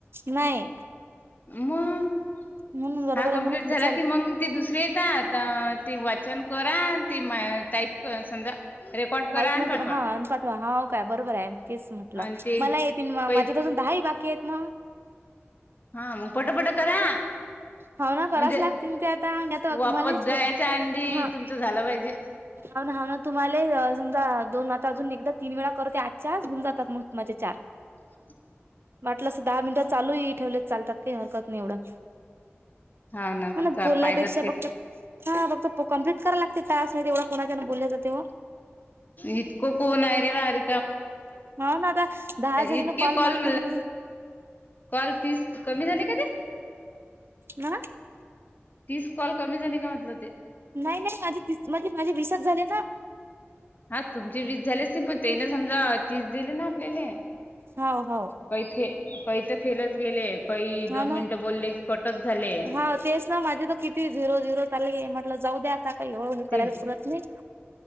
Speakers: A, on the right (about 55°); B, on the left (about 40°).
A: नाही.
B: मग
A: म्हणून बरोबर
B: हा
A: आहे
B: कम्प्लीट
A: म्हणून
B: झाला
A: पुढे चाल.
B: की मग. ते दुसरे येतात ते वाचन करा ते मै टाईप समजा. रेकॉर्ड करा
A: माईक
B: आणि
A: म
B: पाठवा
A: हा आणि पाठवा हा काय बरोबर आहे तेच म्हटलं
B: आणि ते
A: मला येतील म
B: पै
A: माझ्या अजून. दहाही बाकी आहेत मग.
B: हा मग पट पट करा.
A: होा ना कराच
B: म्हणजे
A: लागतील ते आता मी आता
B: वापस
A: तुम्हालाच
B: जायच्या आधी
A: ह
B: तुमचं झालं पाहिजे
A: हा ना हा ना तुम्हाला समजा दोन आता अजून एकदा तीन वेळा करतते आजच्याच घऊन जातात मग तुमचे चार
B: ह <inaudible>
A: वाटलं अस दहा मिनटं चालूही ठेवलेत चालतात काही हरकत नाही एवढं.
B: हा ना
A: मला
B: चा-
A: बोलण्यापेक्षा
B: पाहिजात ते
A: फक्त हा फक्त कंप्लीट कराय लाते टास्क नाही तेवढ कोणाच्याना बोलल्या जातेव.
B: इतकं कोण आहे रे बाारी
A: ना आता दहा जणीला
B: इतके कॉल
A: म्हटलं म्हणजे
B: कॉल तीस कमी झाली का ते.
A: ह.
B: तीच कॉल कमी झाली का म्हटलं ते.
A: नाही नाही माझे त म्हणजे माझे विसच झाले ना.
B: हा तुमचे वीस झालेच नाही पण ते ना समजा तीस दिले ना आपल्याले.
A: हो हो.
B: कैथे काही तर फेलच गेले. काही
A: हो
B: दोन
A: ना
B: मिनिटं बोलले की कटच झाले.
A: हा तेच ना माझे त किती झिरो झिरो चाल म्हट जाऊ द्या आता का एवढं हे करायला
B: ते
A: पुरत नाही. <inaudible>